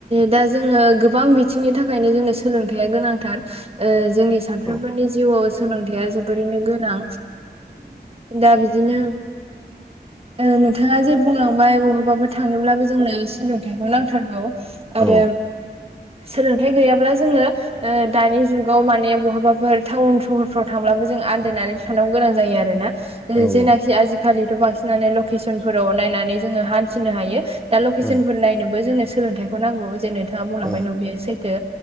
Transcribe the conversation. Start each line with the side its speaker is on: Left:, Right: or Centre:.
Right: दा जोङो गोबां बिथिंनि थाखायनो जोंनो सोलोंथाइआ गोनांथार ओ जोंनि सानफ्रोमबोनि
Centre: औ
Right: जिउआव सोलोंथाइआ जोबोरैनो गोनां दा बिदिनो ओ नोंथाङा जे बुंलांबाय बबेबाफोर थांनोब्लाबो जोंनो सोलोंथाइखौ नांथारगौ आरो
Centre: औ
Right: सोलोंथाइ गैयाब्ला जोङो ओ दानि जुगाव माने बहाबाफोर टाउन सहरफ्राव थांब्लाबो जों आन्दायनानै थानांगौ गोनां जायो आरोना। ओ
Centre: औ
Right: जेनाखि आजिखालिथ' बांसिनानो लकेसन फोराव नायनानै जोङो हान्थिनो हायो दा लकेसनफोर
Centre: औ
Right: नायनोबो जोंनो सोलोंथाइखौ नांगौ जे नोंथाङा बुंलांबाय
Centre: औ
Right: न' बेयो सैथो